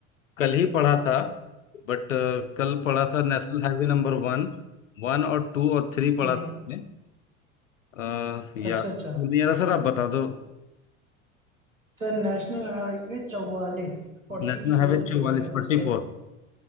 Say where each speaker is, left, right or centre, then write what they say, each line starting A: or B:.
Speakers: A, on the left; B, on the right.
A: कल ही पढ़ा था बट कल पढ़ा था national highway number one one और टू और थ्री पढ़ा
B: हम्म
A: था हमने। अ, या
B: अच्छा
A: तो
B: अच्छा
A: नहीं आ रहा सर आप बता दो
B: सर नेशनल हाईवे चौवालीस फोर्टी
A: नेशनल
B: फोर
A: हाईवे चौवालीस
B: जो है
A: फोर्टी
B: वो सब
A: फोर